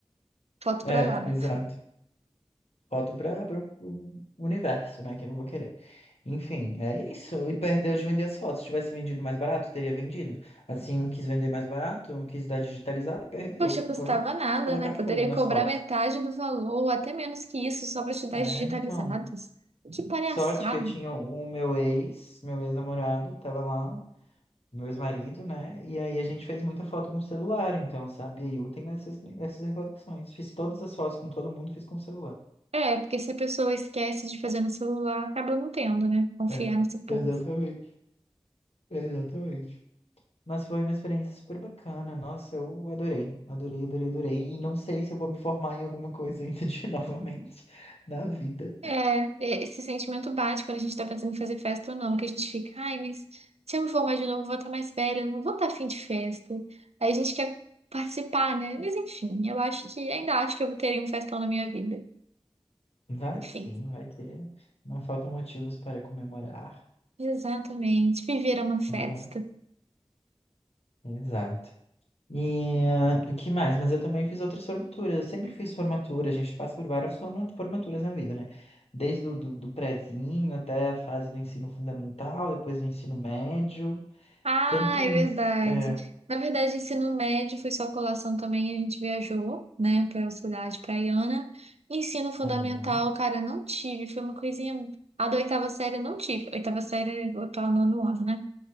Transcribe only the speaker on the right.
foto
pra lá.
Poxa, custava
nada,
né?
Poderia
cobrar
metade do valor, ou até menos que isso, só para te dar
as digitalizadas.
Que palhaçada.
É, porque se a pessoa esquece de fazer no celular, acaba não tendo, né? Confiar
nesse povo.
É, é, esse sentimento bate quando a gente tá pensando em fazer festa ou não, que a gente fica, ai, mas se eu me formar de novo, eu vou estar mais velha, eu não vou estar afim de festa. Aí a gente quer participar, né? Mas enfim, eu acho que, ainda acho que eu teria um festão na minha vida.
Enfim,
exatamente, viver é uma festa.
Ah,
é verdade.
Na verdade, ensino médio foi só colação também, a gente viajou, né, para cidade praiana. Ensino fundamental,
cara, não tive, foi uma coisinha. A da oitava série eu não tive. Oitava série, é o atual nono ano, né?